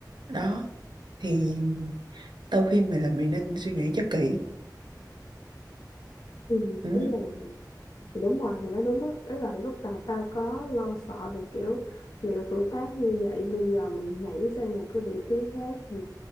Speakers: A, on the right (about 80°); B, on the left (about 75°).
A: đó thì tao khuyên mày là mày nên suy nghĩ cho kỹ
B: Ừ,
A: ừ
B: đúng rồi. Thì đúng rồi, mày nói đúng á. Ý là lúc đầu tao có lo sợ về kiểu liệu tuổi tác như vậy bây giờ mình nhảy sang một cái vị trí khác thì